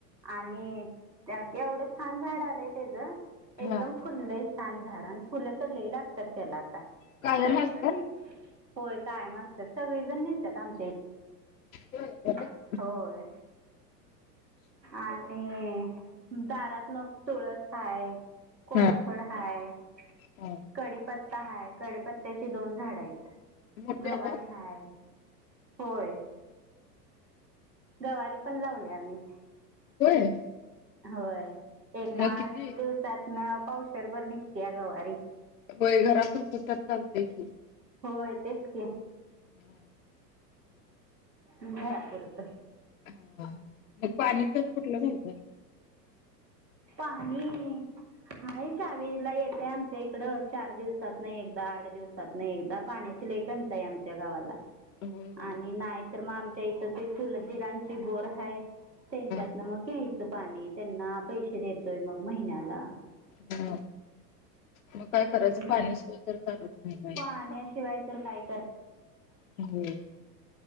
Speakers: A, on the right; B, on the left.
A: आणि एवढं छान झाड आलंय त्याचं.
B: हा
A: एकदम फुललंय छान झाड आणि फुलं तर लि लागत. त्या आ
B: कायम
A: सगळेजण
B: असतात
A: होय कायम असतात सगळेजण न आम.
B: होय बरं
A: <unintelligible>
B: आहे की
A: होय. आणि दारात मग. तुळस हाय कोरफड
B: हा
A: हाय
B: हा
A: कडीप. पता हाय कडेपत्त्याची दोन झाड आहेत
B: मोठे
A: गवारी
B: झाल्यात
A: हाय होय जवारी पण लावले आम्ही
B: होय
A: होय ए
B: मग
A: आठ
B: किती
A: दिवसात ना पावसरभर निघते या गवारी
B: वय घरापत तर चालतंय की
A: होय तेच के
B: हम्म
A: तुम या बरत
B: हा मग पाणी प कुठलं घालतय
A: पाणी हा ावीला येतेय आमच्या इकड चार दिवसात नाही एकदा आठ दिवसात नाही एकदा पाण्या लेटन्स आहे आमच्या गावाला
B: होय होय.
A: आणि नाही तरर मग आमच्या इथं ते सुलधीरांची बोर आहे त्यांच्यातन
B: हा
A: मग घ्यायचं पाणी त्यांना पैसे देतोय मग महिन्याला
B: हा मग काय करायचं
A: हम्म.
B: पाण्यासा तर चालत नाही काय
A: पाण्याशिवाय तर काय
B: होम्